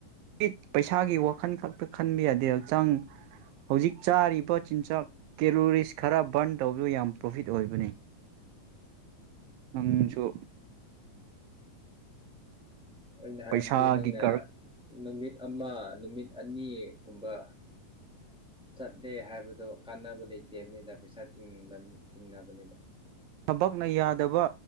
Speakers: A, on the right (about 80°); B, in the centre.
A: ꯠ ꯄꯩꯁꯥꯒꯤ ꯋꯥ ꯃꯈꯟ ꯈꯛꯇ ꯈꯟꯕ ꯌꯥꯗꯦ ꯍꯛꯆꯥꯡ ꯍꯧꯖꯤꯛ ꯆꯥꯔꯤꯕ ꯆꯤꯟꯖꯥꯛ ꯀꯦꯂꯣꯔꯤꯁ ꯈꯔ ꯕꯟ ꯇꯧꯕꯤꯌꯨ ꯌꯥꯝ ꯄ꯭ꯔꯣꯐꯤꯠ ꯑꯣꯏꯕꯅꯤ ꯅꯪꯁꯨ
B: ꯑꯩꯅ ꯍꯥꯏꯕꯗꯤ
A: ꯄꯩꯁꯥꯒꯤ
B: ꯅꯪꯅ
A: ꯀꯔꯛ
B: ꯅꯨꯃꯤꯠ ꯑ ꯅꯨꯃꯤꯠ ꯑꯅꯤꯒꯨꯝꯕ ꯆꯠꯂꯦ ꯍꯥꯏꯕꯗꯣ ꯀꯥꯟꯅꯕ ꯂꯩꯇꯦꯕꯅꯤꯗ ꯄꯩꯁꯥ ꯇꯤꯡꯅꯕꯅꯦꯕ
A: ꯊꯕꯛꯅ ꯌꯥꯗꯕ